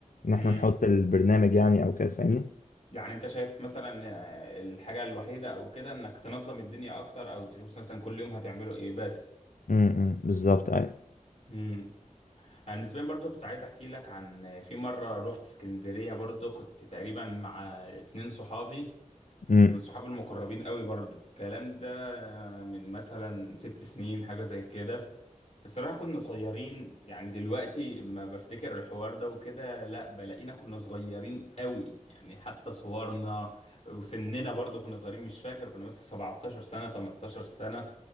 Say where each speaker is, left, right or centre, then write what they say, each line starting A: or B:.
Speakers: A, on the left (about 85°); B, on the left (about 55°).
A: ان احنا
B: مم.
A: نحط البرنامج يعني او كده فاهمني
B: يعني انت شايف مثلا آه، الحاجة الوحيدة او كده انك تنظم الدنيا اكتر او تشوف مثلا كل يوم هتعمله ايه بس
A: امم بالظبط ايوه
B: مم. انا نسبيا برضو كنت عايز احكي لك عن في مره روحت اسكندريه برضو كنت تقريبا مع اتنين صحابي
A: امم
B: من صحابي المقربين قوي برضو الكلام ده من مثلا ست سنين حاجه زي كده الصراحه كنا صغيرين يعني دلوقتي ما بفتكر الحوار ده وكده لا بلاقينا كنا صغيرين قوي يعني حتى صورنا وسننا برضو كنا صغيرين مش فاكر كنا مثلا 17 سنه 18 سنه